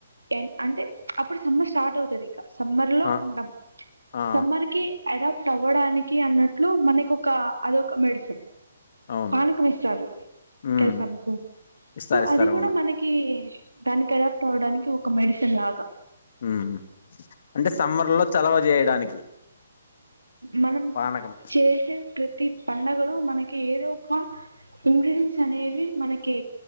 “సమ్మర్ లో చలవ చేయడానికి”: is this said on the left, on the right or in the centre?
Left